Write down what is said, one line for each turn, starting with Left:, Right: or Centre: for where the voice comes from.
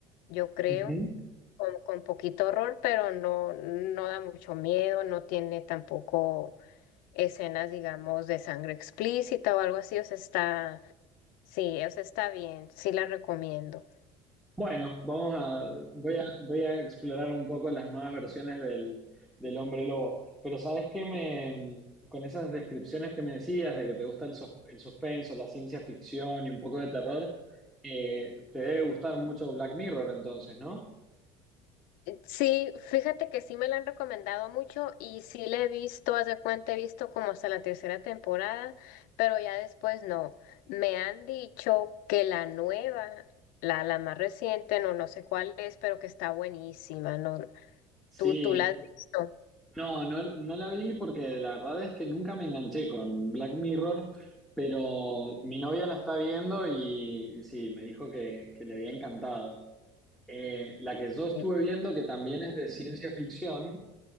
Left: yo creo,
Centre: ujú.
Left: con, con poquito horror, pero no, no da mucho miedo, no tiene tampoco escenas, digamos, de sangre explícita o algo así, o sea, está, sí, o sea, está bien, sí la recomiendo.
Centre: Bueno, vamos a, voy a, voy a explorar un poco las nuevas versiones del, del hombre lobo. Pero ¿sabes qué me, con esas descripciones que me decías de que te gusta el, sus- el suspenso, la ciencia ficción y un poco de terror, eh, te debe gustar mucho Black Mirror entonces, ¿no?
Left: Sí, fíjate que sí me la han recomendado mucho y sí la he visto, haz de cuenta, he visto como hasta la tercera temporada, pero ya después no. Me han dicho que la nueva, la, la más reciente, no, no sé cuál es, pero que está buenísima, ¿no?
Centre: Sí,
Left: ¿Tú, tú la has visto?
Centre: no, no, no la vi porque la verdad es que nunca me enganché con Black Mirror, pero mi novia la está viendo y, y sí, me dijo que, que le había encantado. Eh, la que yo estuve
Left: Sí.
Centre: viendo, que también es de ciencia ficción,